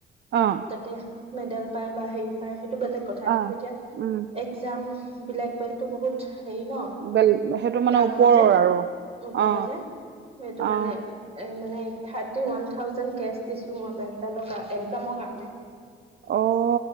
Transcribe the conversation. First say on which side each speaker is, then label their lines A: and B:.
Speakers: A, on the right; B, on the right.
A: অঁ।
B: তাতে মেডেল পায় বা হেৰি পায় সেইটো বেলেগ কথা।
A: অ
B: কিন্তু এতিয়া
A: উম
B: এক জামবিলাক বেল্টো বহুত হেৰি ন।
A: বেল সেইটো মানে
B: ডাঙৰ
A: ওপৰৰ
B: যে,
A: আৰু
B: ওপৰ
A: অ
B: যে সেইটো
A: অ
B: কাৰণে এ মানে থাৰ্টি ৱান থাউজেণ্ড কেচ দিছো মই বেল্টডালৰ কাৰ একজামৰ কাৰণে।
A: অ